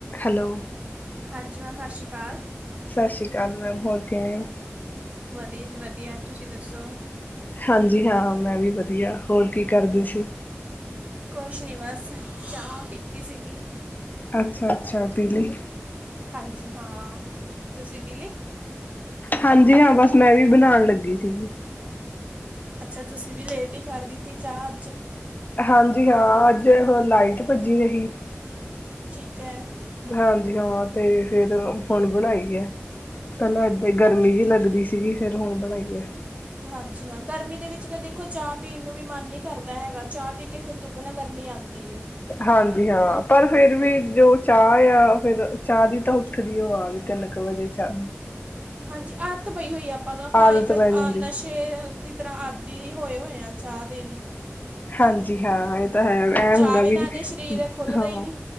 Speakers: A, on the left; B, on the right.
A: ਹੈਲੋ
B: ਹਾਂਜੀ ਮੈਮ ਸਾਸੀ ਕਾਲ।
A: ਸਾਸ਼ੀ ਕਾਲ ਮੈਮ ਹੋਰ ਕਿਵੇਂ ਓਂ
B: ਵਦੀਆ ਜੀ ਵਦੀਆ ਤੁਸੀ ਦੱਸੋ
A: ਹਾਂਜੀ ਹਾਂ ਮੈ ਵੀ ਵਦੀਆ ਹੋਰ ਕੀ ਕਰਦੇ ਸੀ।
B: ਕੁਛ ਨੀ ਬਸ ਚਾਅ ਪੀਤੀ ਸੀਗੀ।
A: ਅੱਛਾ-ਅੱਛਾ ਪੀਲੀ।
B: ਹਾਂਜੀ ਹਾਂ, ਤੁਸੀਂ ਪੀਲੀ।
A: ਹਾਂਜੀ ਹਾਂ ਬਸ ਮੈਂ ਵੀ ਬਨਾਨ ਲੱਗੀ ਸੀਗੀ।
B: ਅੱਛਾ ਤੁਸੀਂ ਵੀ ਲੇਟ ਈ ਕਰ ਦਿੱਤੀ ਚਾਅ ਅੱਜ।
A: ਹਾਂਜੀ ਹਾਂ ਅੱਜ ਓਹੋ ਲਾਈਟ ਭੱਜੀ ਰਹੀ।
B: ਠੀਕ ਐ।
A: ਹਾਂਜੀ ਹਾਂ ਤੇ ਫੇਰ ਹੁਨ ਬਨਾਈ ਐ। ਪੈਲਾਂ ਏਦਾਂ ਈ ਗਰਮੀ ਜੀ ਲੱਗਦੀ ਸੀਗੀ ਫੇਰ ਹੁਨ ਬਨਾਈ ਐ।
B: ਹਾਂਜੀ ਹਾਂ ਗਰਮੀ ਦੇ ਵਿੱਚ ਤਾਂ ਦੇਖੋ ਚਾਅ ਪੀਨ ਨੂੰ ਵੀ ਮਨ ਨੀ ਕਰਦਾ ਹੈਗਾ ਚਾ ਪੀ ਕੇ ਫਿਰ ਦੁੱਗਨਾ ਗਰਮੀ ਆਂਦੀ ਏ।
A: ਹਾਂਜੀ ਹਾਂ ਪਰ ਫੇਰ ਵੀ ਜੋ ਚਾਅ ਆ ਫੇਰ ਚਾ ਦੀ ਤਾਂ ਉੱਠਦੀ ਓ ਆ ਵੀ ਤਿੰਨ ਕ ਵਜੇ ਚਾਅ
B: ਹਾਂਜੀ ਆਤ ਪਈ ਹੋਈ ਆ ਆਪਾਂ ਨੂੰ ਆਪਾਂ
A: ਆਦਤ
B: ਇੱਕ ਅ
A: ਪੈ ਜਾਂਦੀ।
B: ਨਸ਼ ਕੇ ਉਸੀ ਤਰ੍ਹਾਂ ਆਦਿ ਹੋਏ-ਹੋਏ ਆ ਚਾਹ ਦੇ ਵੀ।
A: ਹਾਂਜੀ ਹਾਂ ਏ ਤਾਂ ਹੈ ਐ
B: ਚਾਹ
A: ਹੁੰਦਾ
B: ਬਿਨਾਂ
A: ਵੀ
B: ਤੇ ਸਰੀਰ ਖੁੱਲ੍ਹਦਾ
A: ਹਾਂ।
B: ਹੀ ਨਹੀਂ